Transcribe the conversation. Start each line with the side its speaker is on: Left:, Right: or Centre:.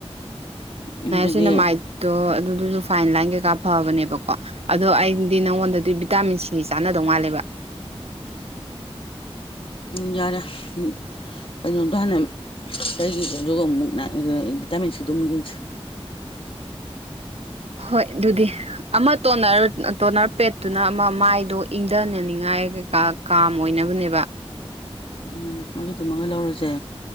Left: ꯑꯗꯨꯗꯤ
Right: ꯁꯤꯅ ꯃꯥꯏꯠꯇꯣ ꯑꯗꯨꯗꯨꯁꯨ ꯐꯥꯏꯟ ꯂꯥꯏꯟ ꯀꯩꯀꯥ ꯐꯕꯅꯦꯕꯀꯣ ꯑꯗꯣ ꯑꯩꯗꯤ ꯅꯪꯉꯣꯟꯗꯗꯤ ꯚꯤꯇꯥꯃꯤꯟ ꯁꯤ ꯆꯥꯟꯅꯗꯧ ꯃꯥꯜꯂꯦꯕ
Left: ꯎꯝ ꯌꯥꯔꯦ ꯎꯝ ꯀꯩꯅꯣꯗꯣ ꯍꯥꯟꯅ ꯇꯩꯒꯤꯒꯦ ꯑꯗꯨꯒ ꯑꯃꯨꯛ ꯚꯤꯇꯥꯃꯤꯟ ꯁꯤꯗꯣ ꯑꯃꯨꯛ ꯌꯦꯡꯁꯤ
Right: ꯍꯣꯏ ꯗꯨꯗꯤ ꯑꯃ ꯇꯣꯅꯔ ꯇꯣꯅꯔ ꯄꯦꯠꯇꯨꯅ ꯑꯃ ꯃꯥꯏꯗꯣ ꯏꯪꯊꯅꯅꯤꯡꯉꯥꯏ ꯀꯩꯀꯥ ꯀꯥꯝ ꯑꯣꯏꯅꯕꯅꯦꯕ
Left: ꯎꯝ ꯑꯗꯨꯗꯨꯃꯒꯥ ꯂꯧꯔꯁꯦ